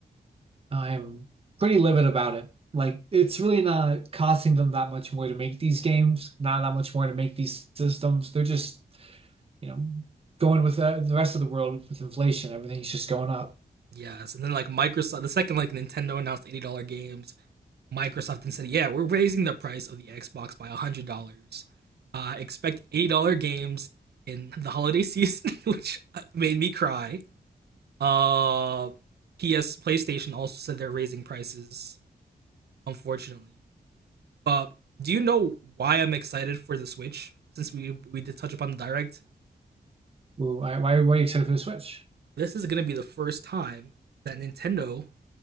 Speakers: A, on the right (about 35°); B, on the right (about 80°).
A: I'm pretty livid about it. Like, it's really not costing them that much more to make these games, not that much more to make these systems. They're just, you know, going with the, the rest of the world with inflation. Everything's just going up.
B: Yes, and then like Microsoft, the second like Nintendo announced eighty dollar games, Microsoft and said, "Yeah, we're raising the price of the Xbox by one hundred dollars. Uh, expect eighty dollar games in the holiday season," <laughs> which made me cry. Uh, PS PlayStation also said they're raising prices, unfortunately. But do you know why I'm excited for the Switch? Since we we did touch upon the direct,
A: Ooh, why, why, why are you excited for the Switch?
B: this is gonna be the first time that Nintendo